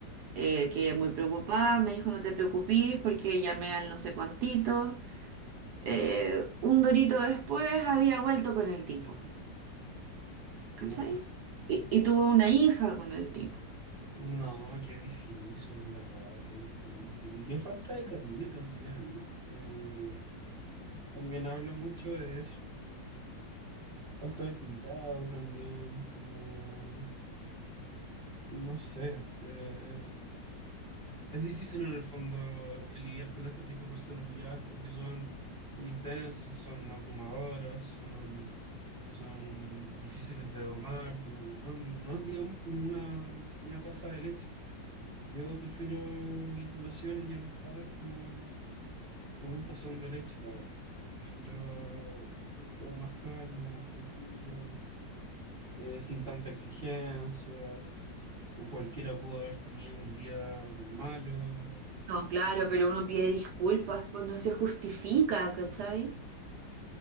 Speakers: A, on the right (about 70°); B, on the right (about 35°).
A: eh, quedé muy preocupada, me dijo no te preocupes porque llamé al no sé cuantito. Eh, un dorito después había vuelto con el tipo, ¿cachai?
B: No, uf.
A: Y, y tuvo una hija con el tipo.
B: no, qué difícil, en verdad, qué difícil. Y qué falta de cariño también. ¿no? Eh, también habla mucho de eso. Falta de cuidado también, como... No sé, eh, eh, es difícil en el fondo eh, lidiar con este tipo de personalidades porque son, son intensas, son abrumadoras, son, son difíciles de domar, no, no, no es digamos como una, una taza de leche. Yo prefiero mis relaciones y amistades como, como un tazón de leche, la verdad. Prefiero todo más calmo, más tranquilo, eh, sin tanta exigencia, o cualquiera pudo haber tenido un día malo.
A: No, claro,
B: eh,
A: pero uno pide disculpas, pues no se justifica, ¿cachai?